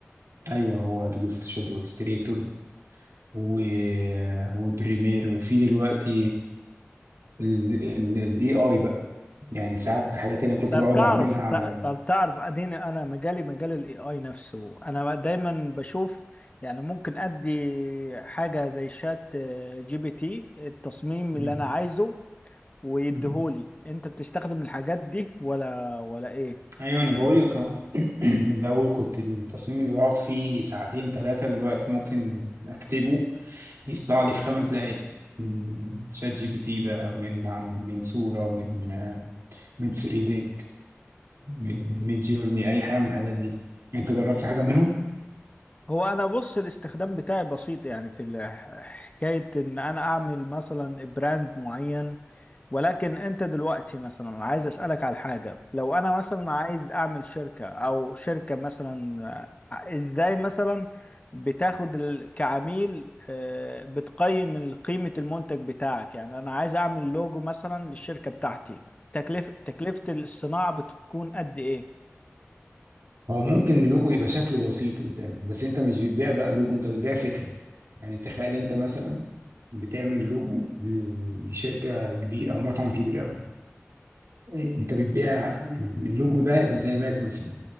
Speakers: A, on the right (about 75°); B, on the left (about 30°).
A: ايوه هو ادوبي فوتوشوب واكستريتور و... وبريمير وفي دلوقتي الاي اي بقى يعني ساعات الحاجات اللي انا كنت
B: طب
A: بقعد
B: تعرف
A: اعملها على ال...
B: طب تعرف اديني انا مجالي مجال الاي اي نفسه انا دايما بشوف يعني ممكن ادي حاجه زي شات آه، جي بي تي التصميم
A: مم.
B: اللي انا عايزه ويديهولي
A: مم.
B: انت بتستخدم الحاجات دي ولا ولا ايه
A: ايوه انا بقول لك اهو <clears throat> الاول كنت التصميم اللي بقعد فيه ساعتين ثلاثه دلوقتي ممكن اكتبه يطلع لي في خمس دقايق مم. شات جي بي تي بقى من عن من صوره من آه، من فريبيك من من جيرني اي حاجه من الحاجات دي انت جربت حاجه منهم؟
B: هو انا بص الاستخدام بتاعي بسيط يعني في ال- حكايه ان انا اعمل مثلا براند معين ولكن انت دلوقتي مثلا أنا عايز اسالك على حاجه لو انا مثلا عايز اعمل شركه او شركه مثلا آه، ازاي مثلا بتاخد ال- كعميل آه، بتقيم ال- قيمه المنتج بتاعك يعني انا عايز اعمل لوجو مثلا للشركه بتاعتي تكلفه تكلفه الصناعه بتكون قد ايه
A: هو ممكن اللوجو يبقى شكله بسيط قدامك بس انت مش بتبيع بقى لوجو انت بتبيع فكرة يعني تخيل انت مثلا بتعمل لوجو لشركة كبيرة او مطعم كبير قوي انت بتبيع اللوجو ده يبقى زي ماك مثلا